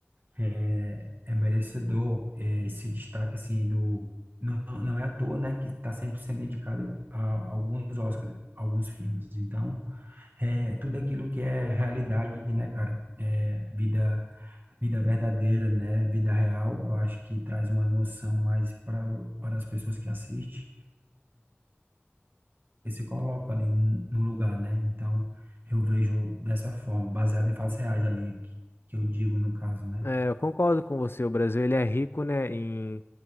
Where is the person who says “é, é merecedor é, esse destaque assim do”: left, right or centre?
Right